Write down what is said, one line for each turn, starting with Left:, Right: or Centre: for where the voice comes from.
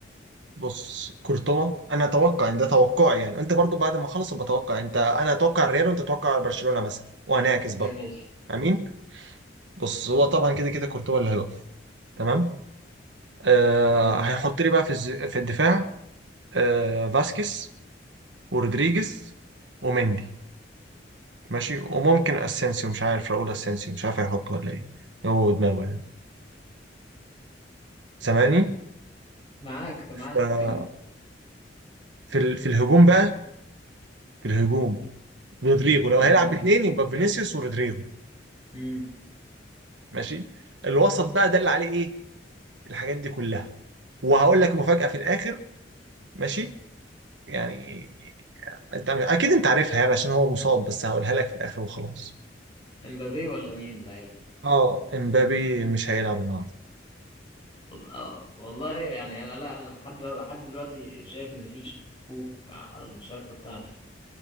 Right: بص كورتوا انا اتوقع ان ده توقعي يعني انت برضو بعد ما اخلص بتوقع انت انا اتوقع الريال وانت تتوقع برشلونه مثلا وهنعكس برضو
Left: ماشي
Right: امين بص هو طبعا كده كده كورتوا اللي هيقف تمام آه
Left: ماشي
Right: هيحط لي بقى في الز... في الدفاع آه فاسكيز ورودريجيز ومندي ماشي وممكن اسينسيو مش عارف راؤول اسينسيو مش عارف هيحطه ولا ايه هو دماغه يعني سامعني
Left: معاك طب معاك
Right: ف-
Left: كمل
Right: في ال... في الهجوم بقى في الهجوم رودريجو لو هيلعب
Left: اه
Right: باثنين يبقى فينيسيوس ورودريجو
Left: امم
Right: ماشي الوسط بقى ده اللي عليه ايه الحاجات دي كلها وهقول لك مفاجأة في الاخر ماشي يعني انت اكيد انت عارفها يعني عشان هو مصاب بس هقولها لك في الاخر وخلاص
Left: امبابي ولا مين ليلى
Right: اه امبابي مش هيلعب النهارده
Left: اه والله يعني انا لا انا لحد لو- لحد دلوقتي شايف ان في شكوك على المشاركة بتاعته